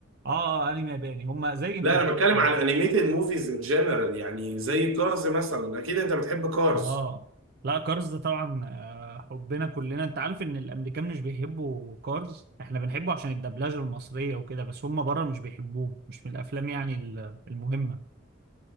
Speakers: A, on the right; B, on the right.
A: اه اه آه، انمي ياباني هم زي انترستيلر
B: لا انا بتكلم على انيميتد موفيز ان جنرال يعني زي كارز مثلا اكيد انت بتحب كارز
A: اه لا كارز ده طبعا آه، حبنا كلنا انت عارف ان الامريكان مش بيحبوا كارز احنا بنحبه عشان الدبلجه المصريه وكده بس هم بره مش بيحبوه مش من الافلام يعني ال- المهمه